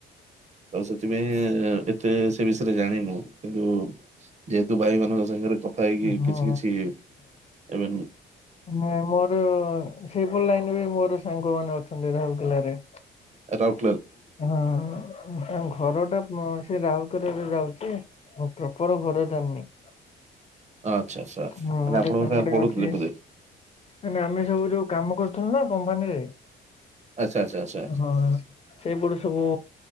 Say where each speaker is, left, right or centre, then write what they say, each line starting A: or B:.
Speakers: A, on the right; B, on the left.
A: ଆଉ ସେଥିପାଇଁ ଏତେ ସେ ବିଷୟରେ ଜାଣିନୁ କିନ୍ତୁ ଯେହେତୁ ତୁ ଭାଇ ମାନଙ୍କ ସାଙ୍ଗରେ କଥା ହେଇକି
B: ହଁ
A: କିଛି କିଛି ଏମେ
B: ନା ମୋର ସେଇପରି ଲାଇନ୍ ବି ମୋର ସାଙ୍ଗ ମାନେ ଅଛନ୍ତି ରାଉରକେଲଲା ରେ
A: <inaudible> ଏଟା
B: ହଁ ଘରଟା ମ ସେ ରାଉଲକେଲାରେ ଯାଉଛି ଆ ପ୍ରପର ଘର ଜାଣିିନି।
A: ଆଚ୍ଛା ଆଚ୍ଛା
B: ହଁ
A: ମାନେ
B: ଗୋଟେ
A: ଆପଣଙ୍କ
B: ସାଙ୍ଗଟେ
A: ସାର୍ ପଢୁଥିଲେ
B: ଅଛି
A: ବୋଧେ
B: ଆମେ ଆମେ ସବୁ ଯୋଉ କାମ କରୁ। ନା କମ୍ପାନୀରେ।
A: ଆଚ୍ଛା ଆଚ୍ଛା ଆଚ୍ଛା
B: ହଁ ସେଇପଟୁ ସବୁ